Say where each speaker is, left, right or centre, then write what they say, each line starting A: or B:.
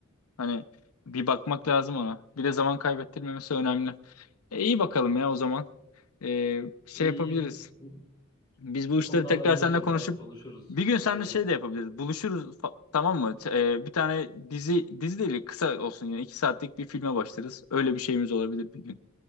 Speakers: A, on the left; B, on the left.
A: Hani bir bakmak lazım ona. Bir de zaman kaybettirmemesi önemli. E, iyi bakalım ya o zaman. Ee, şey
B: İyi
A: yapabiliriz.
B: iyi. Bu,
A: Biz bu
B: bu
A: işleri
B: konuda
A: tekrar
B: haberleşiriz
A: seninle konuşup
B: ya. Konuşuruz.
A: bir gün seninle
B: Evet
A: şey
B: evet.
A: de yapabiliriz. Buluşuruz fa- tamam mı? Ç- e, bir tane dizi dizi değil kısa olsun yani iki saatlik bir filme başlarız. Öyle bir şeyimiz olabilir bir gün.